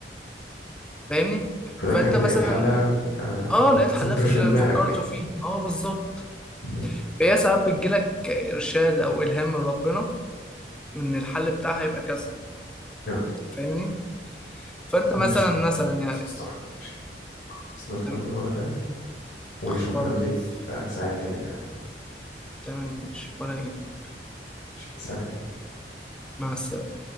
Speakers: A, in the centre; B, on the left.
A: فاهمني
B: في
A: فانت
B: الاخر
A: مثلا
B: لقيت حلها فانت
A: اه
B: وانت
A: لقيت حلها
B: وانت
A: في
B: مش
A: اللي
B: في دماغك
A: فكرته فيه اه بالظبط
B: م.
A: فهي ساعات بتجيلك ارشاد او الهام من ربنا ان الحل بتاعها يبقى كذا
B: يا رب.
A: فاهمني فانت
B: ماشي
A: مثلا مثلا
B: ماشي
A: يعني
B: بس مصطفى ماشي بس نكمل
A: تم-
B: مره تانية وشكرا
A: خلاص
B: ليك آه، ساعدتني فعلا
A: تمام ماشي ولا يهمك
B: ماشي سلام
A: مع السلامه